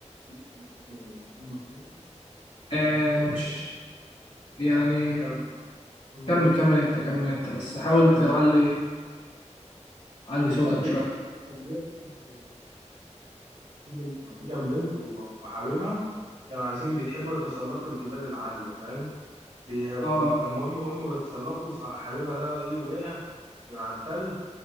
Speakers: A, on the right; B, on the left.
A: ليه كان اسمه فيلم فولز
B: آه
A: الفيلم ده
B: مش
A: كان
B: يعني
A: كان مم.
B: كمل كمل انت كمل انت بس حاول
A: كان
B: تعلي
A: بي...
B: علي
A: مم.
B: صوتك
A: كان بيحكي
B: شويه
A: كان بيحكي ان كان في بنت كان في كام بنت و- وحبيبها كانوا عايزين بيحبوا يتسلقوا الجبال العالية فاهم بي-
B: اه
A: ف- فالمهم هم بيتسلقوا صح- حبيبها ده ايه وقع من على التل